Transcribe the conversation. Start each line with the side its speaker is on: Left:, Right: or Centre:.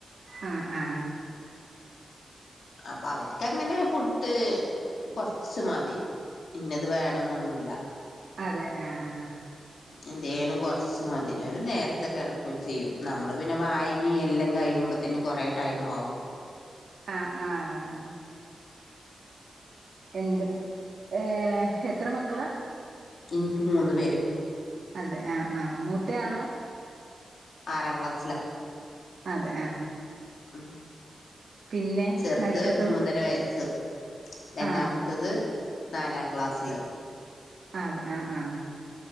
Right: ഉം ഉം
Left: അപ്പൊ അവർക്ക് അങ്ങനെ ഫുഡ് കൊറച്ച് മതി ഇന്നത് വേണമെന്നൊന്നുമില്ല.
Right: അതെ ആഹ്
Left: എന്തോലും കൊറച്ചു മതി അവരെ നേരത്തെ കിടക്കുകയും ചെയ്യും, നമ്മള് പിന്നെ വായനയും എല്ലാം കഴിയുമ്പോ. ത്തിനും കുറെ ടൈം ആവും.
Right: ആഹ് ആഹ് ആഹ് എന്ത് ഏഹ് എത്ര മക്കളാ.
Left: എനിക്കു മൂന്നുപേരെ.
Right: അതെ ആ ആഹ് മൂത്ത ആള്
Left: ആറാം ക്ലാസ്സിലാ
Right: അതെ ആഹ്
Left: ആഹ്
Right: പിന്നെ
Left: ചെറുത്
Right: നടുക്കത്തത്
Left: മൂന്നര വയസ്സും. രണ്ടാമത്തത്
Right: ആഹ്
Left: നാലാം ക്ലാസില്
Right: അതെ ആഹ് ആഹ്